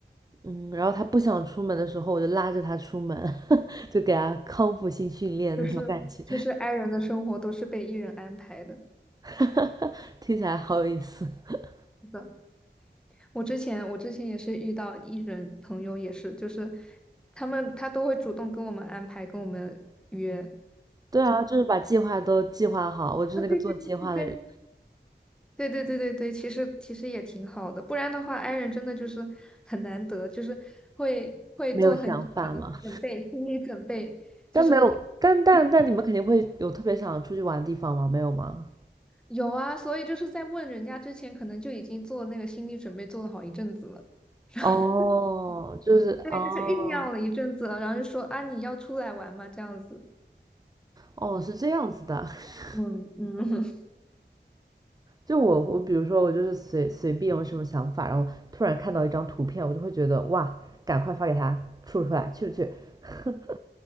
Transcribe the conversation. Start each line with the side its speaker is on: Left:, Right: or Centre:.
Right: 嗯，然后他不想出门的时候，我就拉着他出门，<laughs> 就给他康复性训练那种感觉，
Centre: 就是就是 i 人的生活都是被 e 人安排的。
Right: <laughs> 听起来好有意思。<laughs>
Centre: 是的我之前我之前也是遇到艺人朋友，也是就是他们他都会主动跟我们安排，跟我们约。
Right: 对啊，就是把计划都计划好，我就是那个做计划的人，
Centre: 啊，对对对对对。对对对对对，其实其实也挺好的，不然的话，i 人真的就是很难得，就是会会做很久的准备，
Right: 没有想法嘛。
Centre: 心理准备就是
Right: 但没有，但但但你们肯定会有特别想出去玩的地方吗？没有吗？
Centre: 有啊，所以就是在问人家之前，可能就已经做那个心理准备做了好一阵子了，<laughs>
Right: 哦，就是哦
Centre: 对，就是酝酿了一阵子了，然后就说啊，你要出来玩吗？这样子，
Right: 哦，是这样子的。<laughs>
Centre: 嗯嗯，
Right: 就我我比如说我就是随随便有什么想法，然后突然看到一张图片，我就会觉得哇，赶快发给他出出来，去不去？<laughs>